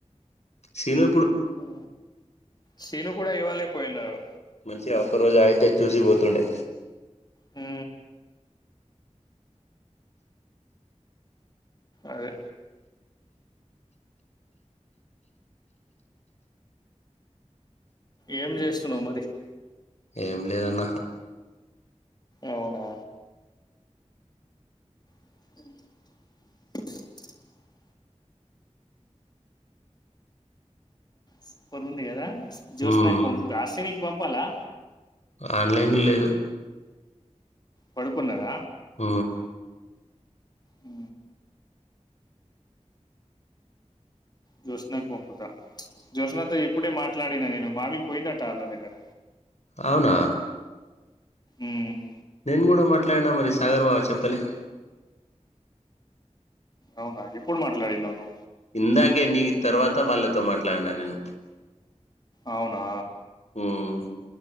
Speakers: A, on the left (about 65°); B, on the left (about 35°).
A: సీను
B: ఉ శిను కూడా ఇవాలేే పోయినరు
A: చీ ఒక రోజు అయితే చూసిపోతుండే
B: హు అదే ఏం చేస్తున్నావ్ మరి
A: ఏం లేదు అన్న
B: అవునా అ సూపర్ ఉంది కదా జ్యోస్నకి
A: ఉమ్
B: పంపూ లాస్య నీకు పంపాలా
A: ఆన్లైన్ లో లేదు
B: పడుకున్నదా
A: ఊ
B: ఉ జ్యోస్నాకు పంపుతా జ్యోస్నతో ఇప్పుడే మాట్లాడినా నేను మామి పోయిందట్ట వాళ్ళ దగ్గర.
A: అవునా
B: ఊమ్
A: నేను గూడా మాట్లాడినా మరి సాగర్ బావా చెప్పలే.
B: అవునా ఎప్పుడు మాట్లాడినవ్ ను
A: ఇందాకే నీకి తర్వాత వాళ్లతో మాట్లాడినా నేను
B: అవునా
A: ఉమ్